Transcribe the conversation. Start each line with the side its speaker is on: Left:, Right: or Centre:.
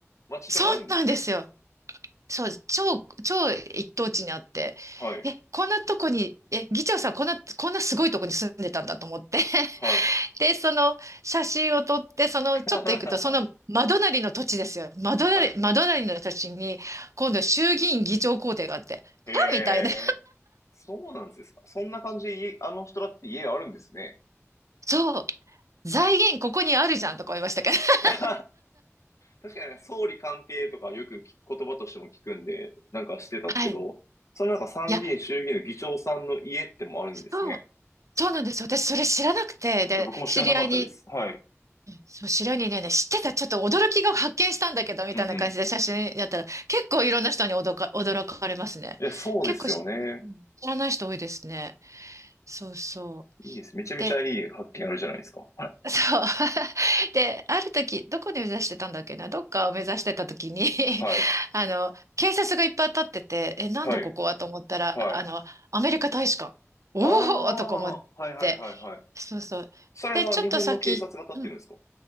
Left: 街とかあるんですね。
Right: そうなんですよ。そう超、超一等地にあって、
Left: はい。
Right: え、こんなとこに、え、議長さん、こんな、こんなすごいとこに住んでたんだと思って。<laughs>
Left: はい。
Right: で、その写真を撮って、その、
Left: <laughs>
Right: ちょっと行くと、その、真隣の土地ですよ。真隣、
Left: はい。
Right: 真隣の土地に、今度衆議院議長公邸があって、
Left: へえ。
Right: あみたいな。
Left: そうなんですか。そんな感じで家、あの人だって家があるんですね。
Right: そう、財源ここにあるじゃんとか思いましたけど。<laughs>
Left: <laughs> 確かにね、総理官邸とかよく聞く言葉としても聞くんで、なんかしてたんですけど、
Right: はい。
Left: そのなんか参議院衆議院の議長さんの家ってもあるんですね。
Right: いや、そう、そうなんです。私、それ知らなくて、で、
Left: いや、僕も知らなかったです。
Right: 知り合いに、
Left: はい。
Right: そう、白にね、知ってた、ちょっと驚きが発見したんだけど、みたいな感じで写真やったら、
Left: うんうん。
Right: 結構いろんな人に驚か、驚かれますね。
Left: いや、そうですよね。
Right: 結構しうん知らない人多いですね。そうそう。
Left: いいです。めちゃめちゃいい発見あるじゃないですか。
Right: で、<laughs> そう。<laughs> で、ある時、どこで目指してたんだっけな、どっかを目指してた時に <laughs>
Left: はい。
Right: あの、警察がいっぱい立ってて、え、なんだここはと思ったら、
Left: はい。はい。
Right: あの、アメリカ大使館。おおとか思って。
Left: ああ、はいはいはいはい。
Right: そうそう。
Left: それは日本の警察が立ってるんですか
Right: で、ちょっと先、うん